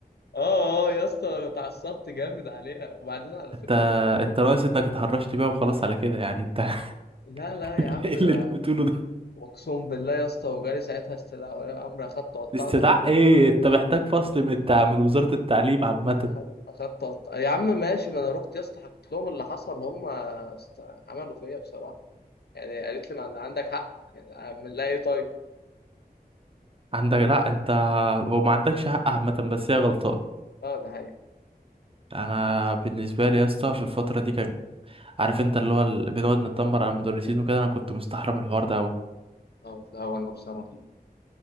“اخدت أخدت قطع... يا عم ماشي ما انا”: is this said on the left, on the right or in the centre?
Left